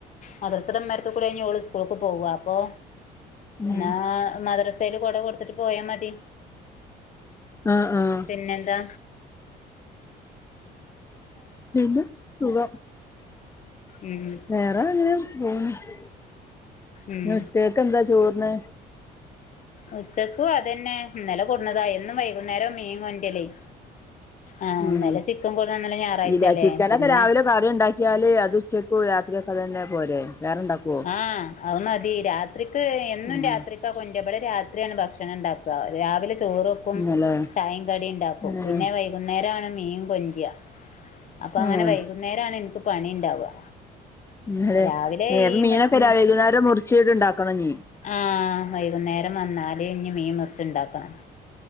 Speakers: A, on the left; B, on the left.
A: മദ്രസയുടെ ഉമ്മറത്ത് കൂടെ ഓള് സ്കൂളക്ക് പോവ അപ്പൊ <unintelligible>
B: ഉം
A: മദ്രാസ യില് കോട കൊടുത്തിട്ട് പോയാ മതി.
B: ആഹ് ആഹ്
A: പിന്നെ എന്താ
B: പിന്നെ സുഖം
A: ഉം
B: വേറെ അങ്ങനെ പോണ് പിന്നെ
A: ഉം
B: ഉച്ചക്ക് എന്താ ചോറിന്ന്
A: ഉച്ചക്കു അതന്നെ ഇന്നലെ കൊടുന്നതാ എന്നും വൈകുന്നേരാ മീൻ കൊണ്ട്രലേയ് ആഹ്
B: ഉം
A: ഇന്നലെ ചിക്കൻ കൊട്ന്ന് ഇന്നലെ ഞായറാഴ്ചല്ലേ
B: ഇല്ല ചിക്കനൊക്കെ
A: പിന്നെ
B: രാവിലെ കറി ഉണ്ടാക്കിയാല് അത് ഉച്ചക്ക് രാത്രിയക്കെ അതന്നെ പോരെ വേറെണ്ടാക്കു
A: ആഹ് അത് മതി രാത്രിക്ക് എന്നും
B: ഉം
A: രാത്രിക്ക് ട്ടാ കൊണ്ട്ര ബടെ രാത്രിയാണ് ഭക്ഷണണ്ടാക്കാ രാവിലെ ചോറും ക്കും
B: ഇന്നലെ
A: ചായിം കടിണ്ടാക്കും
B: ഏഹ്
A: പിന്നെ വൈകുന്നേരാണ് മീൻ കൊണ്ട്ര അപ്പൊ അങ്ങനെ
B: ഏഹ്
A: വൈകുന്നേരാണ് ഇൻക്ക് പണിണ്ടാവുക
B: ഇന്നലെ
A: രാവിലെ
B: ഏഹ് അപ്പൊ
A: ഈ
B: മീനൊക്കെ
A: മറ്റ്
B: ര വൈകുന്നേരം മുറിച്ചീട്ട് ഉണ്ടാക്കണംഞീ
A: ആഹ് വൈകുന്നേരം വന്നാല് ഞ്ഞി മീൻ മുർച്ച്ണ്ടാക്കണം